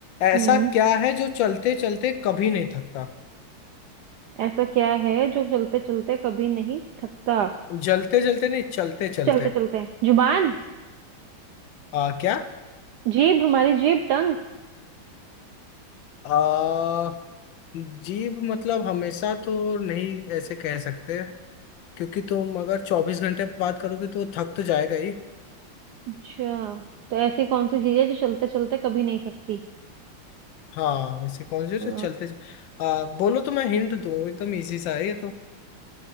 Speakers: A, on the left (about 70°); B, on the right (about 80°).
A: ऐसा
B: हम्म
A: क्या है जो चलते चलते कभी नहीं थकता
B: ऐसा क्या है जो चलते चलते कभी नहीं थकता
A: जलते जलते नहीं चलते चलते
B: चलते चलते जुबान
A: आ क्या
B: जीभ हमारी जीभ टंग
A: आ जीभ मतलब हमेशा तो नहीं ऐसे कह सकते क्योंकि तुम अगर चौबीस घंटे बात करोगे तो वो थक तो जाएगा ही
B: अच्छा तो ऐसी कौन सी चीज है जो चलते चलते कभी नहीं थकती
A: हाँ वैसे कौन से
B: आ,
A: से चलते आ, बोलो तो मैं हिंट दूँ एकदम इजी सा है ये तो